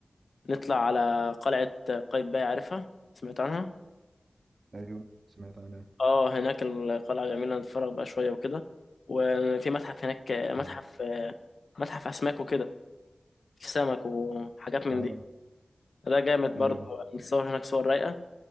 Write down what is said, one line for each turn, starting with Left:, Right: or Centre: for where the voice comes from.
Left: نطلع على قلعه قايتباي عارفها سمعت عنها
Right: ايوه سمعت عنه
Left: اه هناك القلعة جميلة نتفرج بقى شوية وكده وفي متحف هناك متحف
Right: امم
Left: متحف أسماك وكده في سمك وحاجات من
Right: اه
Left: دي ده جامد
Right: ايوه
Left: برضه نتصور هناك صور رايقة